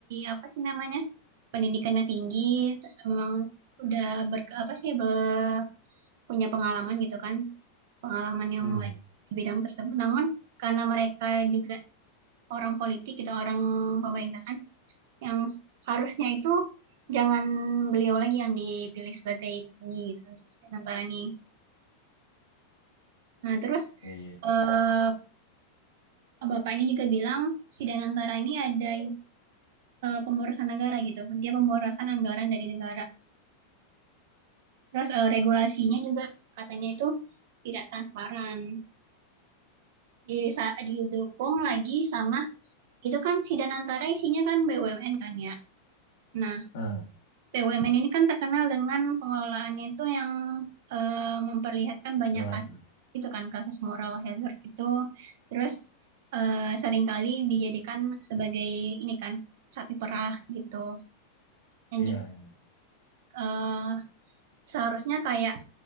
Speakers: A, on the right (about 50°); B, on the left (about 60°).
A: apa sih namanya pendidikannya tinggi terus emang udah ber apa sih be- punya pengalaman gitu kan pengalaman yang
B: Hmm.
A: baik di bidang tersebut namun karena mereka juga orang politik gitu orang pemerintahan yang harusnya itu jangan beliau lagi yang dipilih sebagai petinggi gitu si Danantara ini nah terus
B: Iya, iya.
A: eh, bapak ini juga bilang si Danantara ini ada Eee, pemborosan negara gitu, dia pemborosan anggaran dari negara. Terus, eee, regulasinya juga katanya itu tidak transparan, di didukung lagi sama itu kan Sidang Antara isinya kan BUMN kan ya. Nah,
B: Hmm,
A: BUMN ini kan terkenal dengan pengelolaannya itu yang, eee, memperlihatkan banyak
B: jelek.
A: kasus itu kan, kasus moral hazard itu. Terus, eee, seringkali dijadikan sebagai ini kan, sapi perah gitu. Dan
B: Iya,
A: ju
B: iya. iya.
A: eh, seharusnya kayak